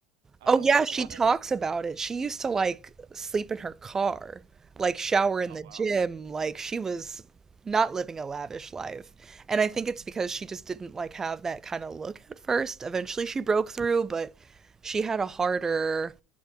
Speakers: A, on the right; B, on the right.
A: I
B: Oh
A: don't know,
B: yeah,
A: like
B: she
A: a lot
B: talks
A: of
B: about it. She used to like sleep in her car, like shower in
A: Oh
B: the
A: wow.
B: gym, like she was not living a lavish life. And I think it's because she just didn't like have that kind of look at first. Eventually she broke through, but she had a harder